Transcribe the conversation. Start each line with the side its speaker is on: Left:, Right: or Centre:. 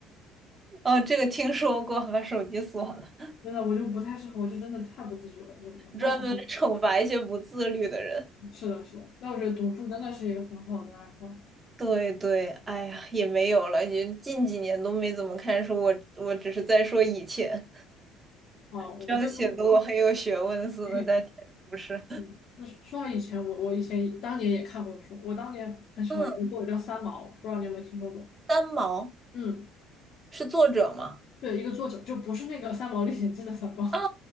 Right: 哦，这个听说过，把手机锁了，
Left: 真的，我就不太适合，我就真的太不自觉了，这种。但是读，
Right: 专门 <laughs> 惩罚一些不自律的人。
Left: 是的，是的，那我觉得读书真的是一个很好的爱好。
Right: 对对，哎呀，也没有了，也近几年都没怎么看书，我我只是在说以前，
Left: 哦，我们那如果，
Right: 这样显得我很有学问似的，
Left: <laughs>
Right: 但其实不是。
Left: 嗯那说到以前，我我以前当年也看过书，我当年很喜欢一个作者叫三毛，
Right: 嗯，
Left: 不知道你有没有听说过？
Right: 三毛
Left: 嗯，
Right: 是作者吗？
Left: 对，一个作者，就不是那个《三毛历险记》的三毛，
Right: 啊，